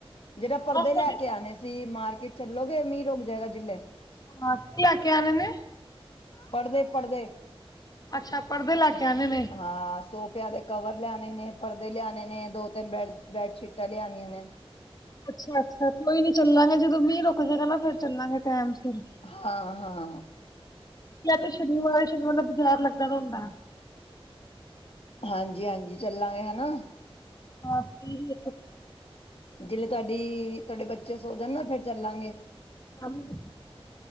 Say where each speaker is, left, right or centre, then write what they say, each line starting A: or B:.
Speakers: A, on the left; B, on the left.
A: ਜਿਹੜੇ ਪਰਦੇ
B: ਬਸ ਤੁਹਾਡੇ
A: ਲੈ ਕੇ ਆਉਣੇ ਸੀ, ਮਾਰ ਮਾਰਕਟ ਚੱਲੋਗੇ ਮੀਂਹ ਰੁਕ ਜਾਏਗਾ, ਜਿੰਨੇ?
B: ਹਾਂ, ਕੀ ਲਾ ਕੇ ਆਣੇ ਨੇ?
A: ਪੜ੍ਹਦੇ ਪੜ੍ਹਦੇ
B: ਅੱਛਾ ਪਰਦੇ ਲੈ ਕੇ ਆਣੇ ਨੇ
A: ਹਾਂ ਸੋ ਸੋਫੇ ਦੇ ਕਵਰ ਲਿਆਣੇ ਨੇ ਪਰਦੇ ਲਿਆਣੇ ਨੇ ਦੋ ਤਿੰਨ ਬੈਡਸ਼ੀਟਾਂ ਲਿਆਣੀਆਂ ਨੇ
B: ਅੱਛਾ ਅੱਛਾ ਕੋਈ ਨੀ ਚੱਲਾਂਗੇ, ਜਦੋਂ ਮੀਂਹ ਰੁਕ ਜਏਗਾ, ਨਾ ਫੇਰ ਚੱਲਾਂਗੇ ਟਾਈਮ ਸਿਰ
A: ਹਾਂ ਹਾਂ।
B: ਤੇ ਸ਼ਨੀਵਾਰ ਸ਼ਨੀਵਾਰ ਦਾ ਬਾਜ਼ਾਰ ਲੱਗਾ ਦਾ ਹੁੰਦਾ।
A: ਹਾਂਜੀ ਹਾਂਜੀ ਚੱਲਾਂਗੇ ਹਨਾ।
B: ਹਾਂ ਇਹ ਲੇ
A: ਜਿਵੇ ਤੁਹਾਡੀ ਤੁਹਾਡੇ ਬੱਚੇ ਸੋ ਜਾਣ ਨਾ ਫੇਰ ਚੱਲਾਂਗੇ।
B: ਉਹਨੂੰ